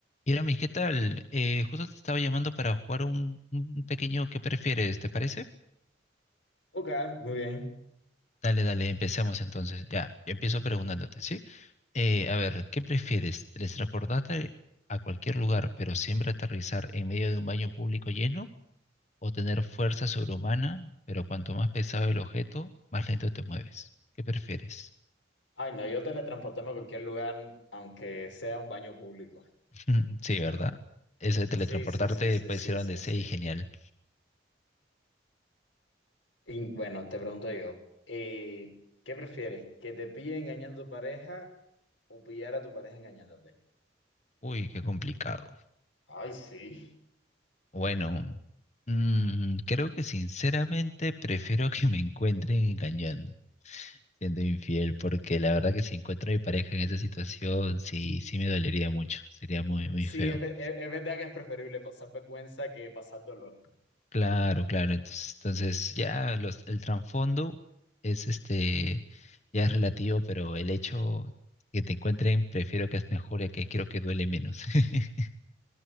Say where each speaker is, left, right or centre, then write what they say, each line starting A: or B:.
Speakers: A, on the left (about 40°); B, on the left (about 90°).
A: Iramis, ¿qué tal? Eh, justo te estaba llamando para jugar un, un pequeño ¿qué prefieres? ¿Te parece?
B: Ok, muy bien.
A: Dale, dale, empecemos entonces. Ya, yo empiezo preguntándote, ¿sí? Eh, a ver, ¿qué prefieres? ¿Teletransportarte a cualquier lugar, pero siempre aterrizar en medio de un baño público lleno? ¿O tener fuerza sobrehumana, pero cuanto más pesado el objeto, más lento te mueves? ¿Qué prefieres?
B: Ay, no, yo teletransportarme a cualquier lugar, aunque sea un baño público.
A: <laughs> Sí, ¿verdad? Eso de teletransportarte
B: Sí, sí, sí, sí,
A: puedes
B: sí,
A: ir a
B: sí,
A: donde sea
B: sí.
A: y genial.
B: Y bueno, te pregunto yo, eh, ¿qué prefieres? ¿Que te pille engañando a tu pareja o pillar a tu pareja engañándote?
A: Uy, qué complicado.
B: Ay, sí.
A: Bueno, mm, creo que sinceramente prefiero que me encuentren engañando, siendo infiel, porque la verdad que si encuentro a mi pareja en esa situación, sí, sí me dolería mucho, sería muy, muy
B: Sí,
A: feo.
B: es, ve- es- es verdad que es preferible pasar vergüenza que pasar dolor.
A: Claro, claro, entonces, entonces ya los, el trasfondo es este, ya es relativo, pero el hecho que te encuentren, prefiero que es mejor y que quiero que duele menos. <laughs>